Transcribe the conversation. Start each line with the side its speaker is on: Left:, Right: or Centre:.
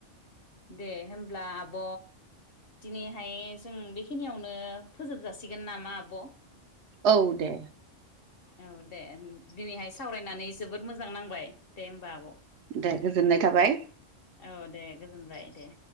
Left: दे होब्ला आब'। दिनैहाय जों बेखिनियावनो फोजोब जाासिगोन नामा आब'?
Right: औ दे।
Left: औ दे दिनैहाय सावरायनानै जोबोद मोजां नांबाय दे होमबा आब'।
Right: दे गोजोननाय थाबाय।
Left: औ दे गोजोनबाय दे।